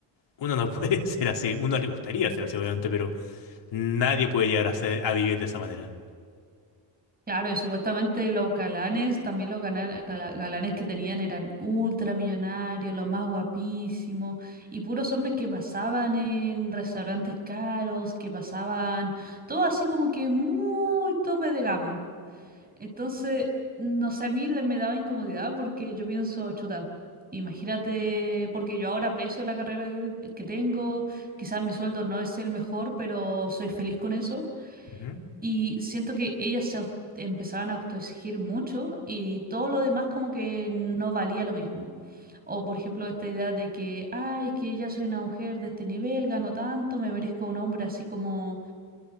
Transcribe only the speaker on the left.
uno no <laughs> puede ser así, uno le gustaría ser así, obviamente, pero nadie puede llegar a ser, a vivir de esa manera.
Ujú,